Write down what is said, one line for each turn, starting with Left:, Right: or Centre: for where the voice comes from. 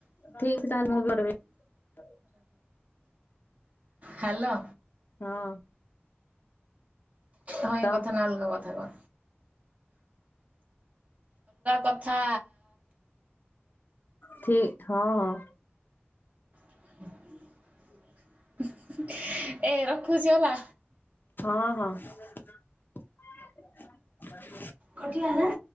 Left: ଠିକ ତାହାଲେ ମୁଁ ବି <unintelligible>
Right: ହାଲୋ।
Left: ହଁ।
Right: ହଁ ଏଇ
Left: ତ
Right: କଥା ନା ଅଲଗା କ ଥାବ କଥା
Left: ଠିକ ହଁ ହଁ।
Right: <unintelligible> ଏ ରଖୁଛି ହେଲା।
Left: ହଁ <inaudible>
Right: କଟିଲା ନା।